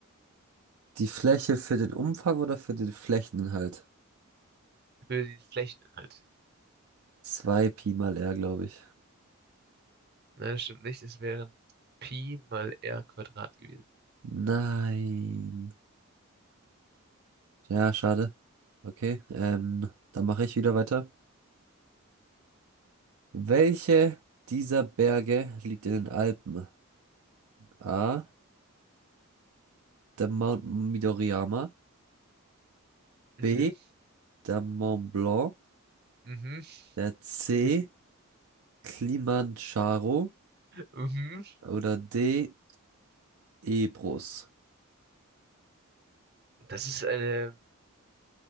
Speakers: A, on the right; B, on the right.
A: Die Fläche für den Umfang oder für den Flächeninhalt?
B: für den Flächeninhalt?
A: 2 Pi mal R, glaube ich.
B: Nein, das stimmt nicht. Es wären Pi mal R Quadrat gewesen.
A: Nein. Ja, schade. Okay, ähm, dann mache ich wieder weiter. Welche dieser Berge liegt in den Alpen? A. Der Mount Midoriyama.
B: Mhm,
A: B. der Mont Blanc,
B: mhm,
A: der C.
B: <laughs>
A: Kilimanjaro
B: mhm.
A: oder D. Ebrus.
B: Das ist eine